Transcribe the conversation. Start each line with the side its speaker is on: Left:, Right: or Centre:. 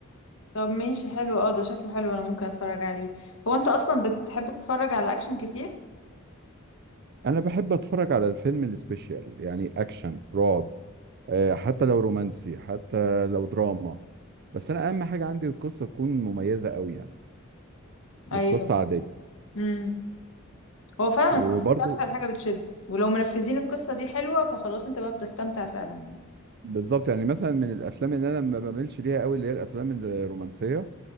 Left: طب ماشي حلو اه ده شكله حلو انا ممكن اتفرج عليه هو انت اصلا بتحب تتفرج على اكشن كتير
Right: انا بحب اتفرج على الفيلم السبيشال يعني اكشن رعب آه، حتى لو رومانسي حتى لو دراما بس انا اهم حاجه عندي القصه تكون مميزه قوي يعني مش
Left: ايوه
Right: قصه عاديه
Left: امم هو فعلا
Right: وبرضو
Left: القصه دي اكتر حاجه بتشد ولو منفذين القصه دي حلوه فخلاص انت بقى بتستمتع فعلا يعني
Right: بالظبط يعني مثلا من الافلام اللي انا ما بميلش ليها قوي اللي هي الافلام الرومانسيه